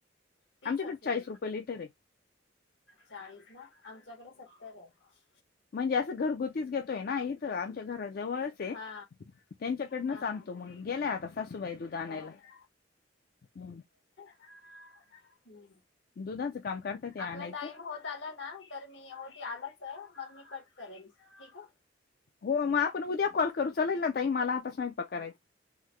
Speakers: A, on the left; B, on the left.
A: तीस
B: आमच्याकडं
A: असेल
B: चाळीस रुपये लिटरये.
A: चाळीस ना? आमच्याकडे सत्तर आहे.
B: म्हणजे असं घरगुतीच घेतोय ना इथं आमच्या घरात. जवळच आहे,
A: हा
B: त्यांच्या कडनचं
A: हा
B: आणतो
A: हा हा
B: मग गेल्याय, आता सासूबाई दुध आणायला
A: ओके
B: ह.
A: हुं
B: दुधाचं काम करता ते
A: आपला
B: आणायचं
A: टाइम होत आला, ना तर मी होती आला च मग मी कट करेल ठीक आहे?
B: हो म आपण उद्या कॉल करू चालेल ना ताई? मला आता स्वयंपाक करायचाय.